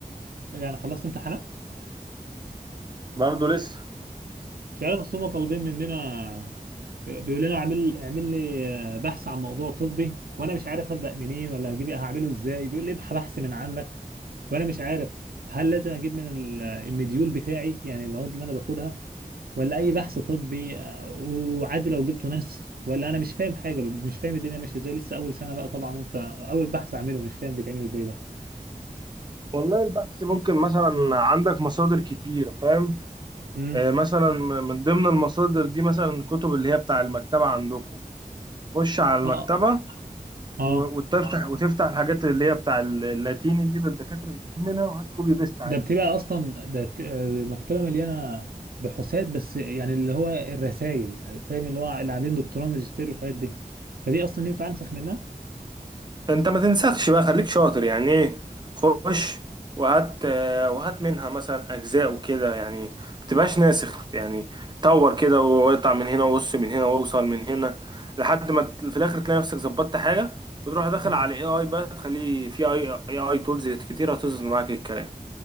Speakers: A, on the right; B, on the right.
A: يعني خلصت امتحانات
B: برضه لسه
A: مش عارف اصل هم طالبين مننا بيقول لنا اعمل اعمل لي آه، بحث عن موضوع طبي وانا مش عارف ابدا منين ولا هجيب هعمله ازاي بيقول لي ابحث بحث من عندك وانا مش عارف هل لازم اجيب من ال- المديول بتاعي يعني المواد اللي انا باخدها ولا اي بحث طبي آه، وعادي لو جبته نسخ ولا انا مش فاهم حاجه مش فاهم الدنيا ماشيه ازاي لسه اول سنه بقى طبعا انت اول بحث اعمله مش فاهم بيتعمل ازاي ده
B: والله البحث ممكن مثلا عندك مصادر كتير فاهم
A: امم
B: آه، مثلا م- من ضمن المصادر دي مثلا الكتب اللي هي بتاع المكتبة عندكم خش على المكتبة
A: اه اه
B: و- وتفتح وتفتح الحاجات اللي هي بتاع ال- اللاتيني دي اللي الدكاترة بتجيب منها وهات كوبي بيست
A: ده بتبقى اصلا ده ت- آه، المكتبه مليانه بحوثات بس يعني اللي هو الرسائل فاهم اللي هو اللي عاملين دكتوراه ماجستير والحاجات دي فدي اصلا ينفع انسخ منها
B: انت ما تنسخش بقى خليك شاطر يعني ايه خش وهات آه، وهات منها مثلا اجزاء وكده يعني ما تبقاش ناسخ يعني طور كده واقطع من هنا وقص من هنا واوصل من هنا لحد ما ت- في الاخر تلاقي نفسك ظبطت حاجه وتروح داخل
A: امم
B: على اي اي بقى تخليه في اي اي اي تولز كتير هتظبط معاك الكلام